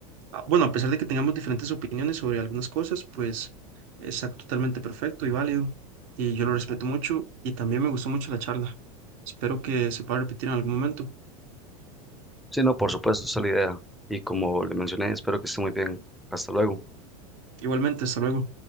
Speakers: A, on the right; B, in the centre.
A: ah, bueno, a pesar de que tengamos diferentes opiniones sobre algunas cosas, pues es ac- totalmente perfecto y válido y yo lo respeto mucho y también me gustó mucho la charla. Espero que se pueda repetir en algún momento.
B: Sí, no, por supuesto, esa es la idea. Y como le mencioné, espero que esté muy bien. Hasta luego.
A: Igualmente, hasta luego.